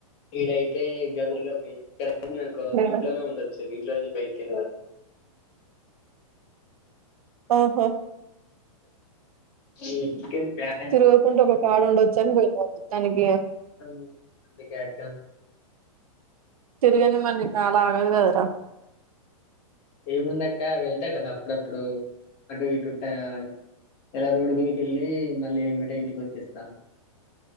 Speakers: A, on the left; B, on the right.
A: ఈడైతే గదుల్లో పొయ్యి ఇక్కడైంది అనుకో
B: లేదా
A: ఇంట్లోనే ఉండొచ్చు ఇంట్లో నుంచి బయటికెళ్ళరాదు
B: ఓహో
A: ఉ చికెన్ బ్యా
B: తిరుగుకుంటూ ఒక కాడు ఉండొచ్చని బొయినవ మొత్తానికి
A: అవును అందుకే అక
B: తిరిగన్ మరి నీ కాలాగదు గదరా
A: ఏముందక్క వెళ్తా కదా అప్పుడప్పుడు అటు ఇటు టా ఆలా రోడు మీదికెళ్ళి మళ్ళ ఎమ్మటే ఇంటికి ఒచ్చేస్తాన్